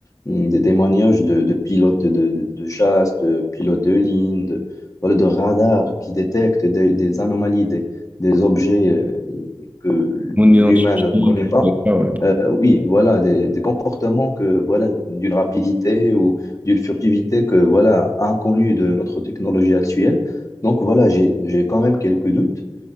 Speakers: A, on the left; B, on the right.
A: hum, des témoignages de, de pilotes de, de- de chasse, de pilotes de ligne, de, voilà, de radars qui détectent des, des anomalies, des, des objets euh, que
B: Mon
A: l'humain
B: identité,
A: ne connaît
B: je
A: pas.
B: sais pas, ouais.
A: Euh, oui, voilà, des, des comportements que, voilà, d'une rapidité ou d'une furtivité que voilà, inconnue de notre technologie actuelle. Donc voilà, j'ai j'ai quand même quelques doutes,